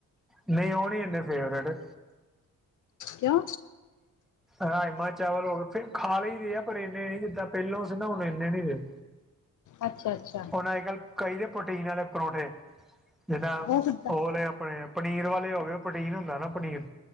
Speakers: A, in the centre; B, on the left.
A: ਨਈ ਉਹ ਨਈ ਇੰਨੇ ਫੇਵਰਟ।
B: ਕਓ?
A: ਰਾਜਮਾ ਚਾਵਲ ਹੋ ਗਏ, ਫੇਰ ਖਾ ਲਈ ਹੀ ਦੇ ਏ ਪਰ ਏਨੇ ਨੀ ਜਿਦਾ ਪੇਹਲੋ ਸੀ ਨਾ ਹੁਣ ਏਨੇ ਨੀ ਰਏ।
B: ਅੱਛਾ ਅੱਛਾ
A: ਹੁਣ ਅੱਜ ਕੱਲ੍ਹ ਕਈ ਦੇ ਪੋਟੀਨ ਆਲੇ ਪਰੋਠੇ ਜਿੱਦਾਂ
B: ਉਹ ਕਿੱਦਾਂ
A: ਉਅਲੇ ਅਪਣੇ ਪਨੀਰ ਵਾਲੇ ਹੋ ਗਏ ਪੋਟੀਨ ਹੁੰਦਾ ਨਾ ਪਨੀਰ।